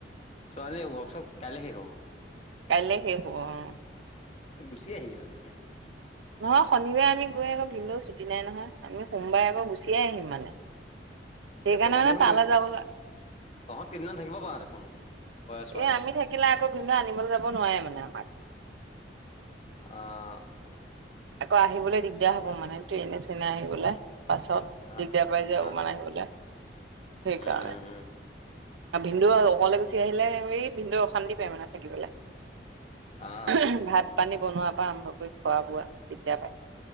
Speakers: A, on the left; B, on the right.
A: ছোৱালী ৱৰ্কশ্বপ কাইলৈ শেষ হ'ব।
B: কাইলে শেষ হ'ব অ'।
A: তুমি গুচি আহিবি তেতিয়া।
B: নহয়, শনিবাৰে আমি গৈ আকৌ ভিন্দ দেওঁৰ ছুটি নাই নহয়, আমি সোমবাৰে আকৌ গুচিয়ে আহিম মানে। সেইকাৰণে
A: এই তহঁতে
B: মানে তালৈ
A: দে
B: যাবলৈ
A: তোহঁত কেইদিনমান থাকিব পাৰোঁ দেখোন। তই ছোৱালী
B: এই আমি থাকিলে আকৌ ভিন্দে আনিবলৈ যাব নোৱাৰে মানে আমাক।
A: আহ
B: আকৌ আহিবলৈ দিগদাৰ হ'ব মানে ট্ৰেইনে চেৰেনে আহিবলৈ। পাছত
A: অ
B: দিগদাৰ পাই যাব
A: অ
B: মানে আহিবলৈ সেইকাৰণে।
A: উম উম উম
B: আৰু ভিন্দু অকলে গুচি আহিলে হেৰি ভিন্দৱে অশান্তি পায় মানে থাকি বোলে।
A: অ অ
B: ভাত পানী বনোৱাৰ পৰা আৰম্ভ কৰি খোৱা বোৱা দিগদাৰ পায়।